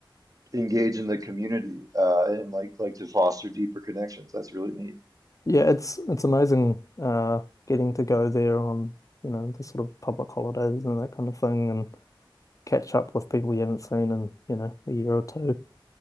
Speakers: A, on the right; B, on the left.
A: engage in the community uh and like like to foster deeper connections. That's really neat.
B: Yeah, it's it's amazing uh getting to go there on, you know, the sort of public holidays and that kind of thing and catch up with people you haven't seen in, you know, a year or two.